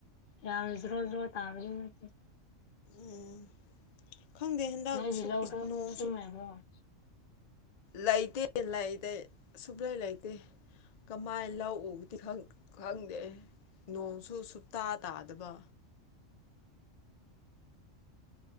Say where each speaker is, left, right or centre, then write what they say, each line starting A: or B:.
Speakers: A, on the left; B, on the left.
A: ꯌꯥꯝ ꯖꯣꯔꯣ ꯖꯣꯔꯣ ꯇꯥꯕꯗꯤ ꯅꯠꯇꯦ
B: ꯎꯝ ꯈꯪꯗꯦ ꯍꯟꯗꯛ
A: ꯅꯣꯏꯒꯤ
B: ꯁꯨ
A: ꯂꯧꯗꯣ
B: ꯅꯣꯡ
A: ꯏꯁꯤꯡ
B: ꯁꯨ
A: ꯂꯩꯕ꯭ꯔꯣ
B: ꯂꯩꯇꯦ ꯂꯩꯗꯩ ꯁꯨꯨꯞꯂꯩ ꯂꯩꯇꯦ ꯀꯃꯥꯏ ꯂꯧ ꯎꯕꯗꯤ ꯈꯪ ꯈꯪꯗꯦ ꯅꯣꯡꯁꯨ ꯁꯨꯇꯥ ꯇꯥꯗꯕ